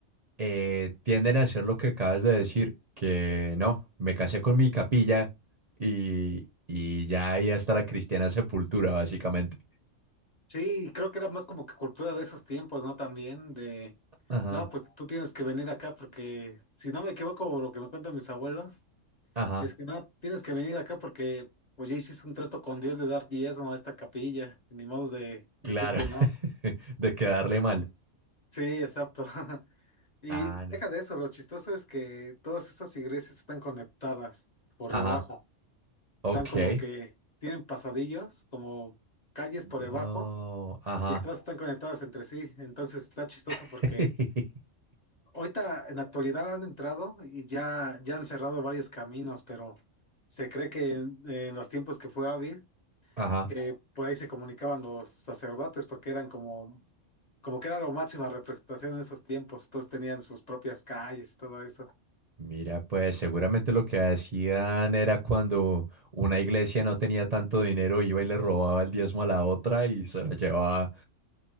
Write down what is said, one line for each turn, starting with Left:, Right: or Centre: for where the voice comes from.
Right: eh, tienden a hacer lo que acabas de decir, que no, me casé con mi capilla y, y ya ahí hasta la cristiana sepultura, básicamente.
Left: Sí, creo que era más como que cultura de esos tiempos, ¿no? También de,
Right: Ajá,
Left: no, pues tú tienes que venir acá porque, si no me equivoco, lo que me cuentan mis abuelos,
Right: ajá.
Left: es que no, tienes que venir acá porque, pues ya hiciste un trato con Dios de dar diezmo a esta capilla, y ni modo de
Right: Claro,
Left: decir que no.
Right: <laughs> de quedarle mal.
Left: Sí, exacto. <laughs> Y
Right: Ah,
Left: deja
Right: no.
Left: de eso, lo chistoso es que todas estas iglesias están conectadas por
Right: Ajá,
Left: debajo,
Right: ok.
Left: están como que tienen pasadillos, como calles por
Right: No,
Left: debajo
Right: ajá.
Left: Y todos están conectados entre sí, entonces está chistoso
Right: <laughs>
Left: porque ahorita en la actualidad han entrado y ya, ya han cerrado varios caminos, pero se cree que en, en los tiempos que fue Ávil,
Right: Ajá.
Left: que por ahí se comunicaban los sacerdotes porque eran como, como que era la máxima representación en esos tiempos, todos tenían sus propias calles y todo eso.
Right: Mira, pues seguramente lo que hacían era cuando una iglesia no tenía tanto dinero, iba y le robaba el diezmo a la otra y se la llevaba.